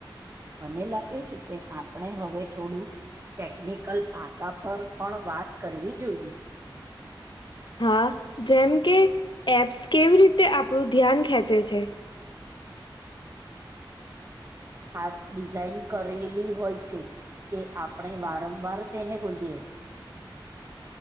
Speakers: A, on the right; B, on the left.
A: મને લાગે છે કે આપણે હવે થોડું ટેકનિકલ પાસા પર પણ વાત કરવી જોઈએ.
B: હા, જેમ કે એપ્સ કેવી રીતે આપણું ધ્યાન ખેંચે છે.
A: ખાસ ડિઝાઇન કરેલી હોય છે. કે આપણે વારંવાર તેને ખોલીએ